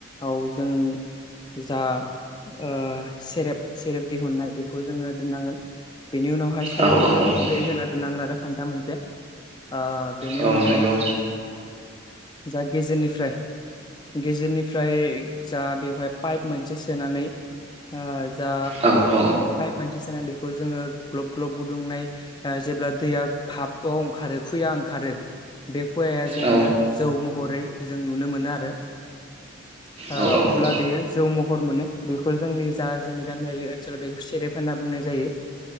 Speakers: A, on the left (about 20°); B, on the right (about 30°).
A: औ जों जा ओ सेरेब सेरेब दिहुननाय बेखौ जोङो दोननांगोन। बेनि उनाव हाय सायाव
B: औ
A: जोङो
B: औ
A: दै होना दोननांगोन आरो खान्था मोनसे ओ बेनि
B: औ
A: उनावहाय
B: नंगौ
A: जा गेजेरनिफ्राय-गेजेरनिफ्राय जा बेवहाय पाइप मोनसे सोनानै ओ जा
B: औ औ
A: पाइप मोनसे सोनानै दैखौ जोङो ग्लब ग्लब ओ गुदुंनाय जेब्ला दैया भाबाव ओंखारो खुया ओंखारो बे खुवाया जोंनो
B: औ
A: जौ महरै जों नुनो मोनो आरो ओ
B: औ औ
A: अब्ला बेयो जौ महर मोनो बेखौ जोंनि जा जोंनि गामियारि ओनसोलाव बेखौ सेरेफ होनना बुंनाय जायो।